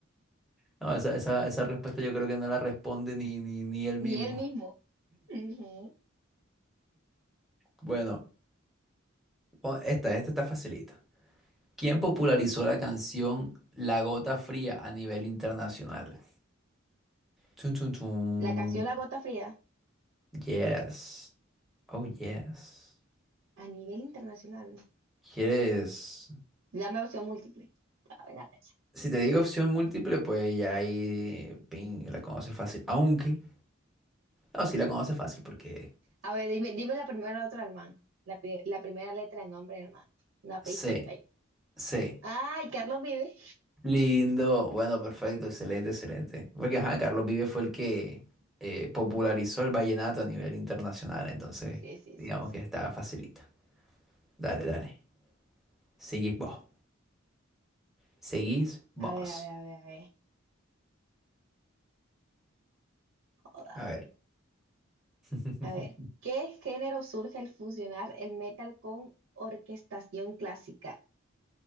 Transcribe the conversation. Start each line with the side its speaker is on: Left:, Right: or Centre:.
Centre: No, esa, esa, esa respuesta yo creo que no la responde ni, ni, ni él mismo.
Right: Ni él mismo. Ujú.
Centre: Bueno, pon- esta, esta está facilita. ¿Quién popularizó la canción La Gota Fría a nivel internacional? Chun, chun, chun.
Right: La canción La Gota Fría,
Centre: Yes. Oh, yes.
Right: a nivel internacional.
Centre: ¿Quieres?
Right: Dame opción múltiple. A ver, arrecha.
Centre: Si te digo opción múltiple, pues ya ahí, ping, la conoces fácil. Aunque, no, sí la conoces fácil porque
Right: A ver, dime, dime la primera letra del man. La, pri- la primera letra del nombre del man. Una pista.
Centre: sé,
Right: ahí.
Centre: sé.
Right: Ay, Carlos Vive.
Centre: Lindo, bueno, perfecto, excelente, excelente. Porque ajá, Carlos Vives fue el que eh, popularizó el vallenato a nivel internacional, entonces
Right: Sí, sí,
Centre: digamos
Right: sí, sí.
Centre: que está facilita. Dale, dale. Seguís vos. Seguís vos.
Right: A ver, a ver, a ver, a ver. Joda.
Centre: A ver. <laughs>
Right: A ver, ¿qué género surge al fusionar el metal con orquestación clásica?